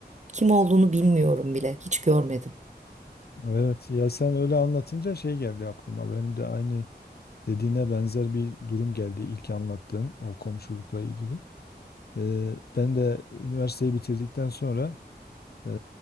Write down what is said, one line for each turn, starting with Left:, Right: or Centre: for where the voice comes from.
Right: Kim olduğunu bilmiyorum bile. Hiç görmedim.
Left: Evet ya sen öyle anlatınca şey geldi aklıma. Benim de aynı dediğine benzer bir durum geldi ilk anlattığın o komşulukla ilgili. Eee, ben de üniversiteyi bitirdikten sonra eee,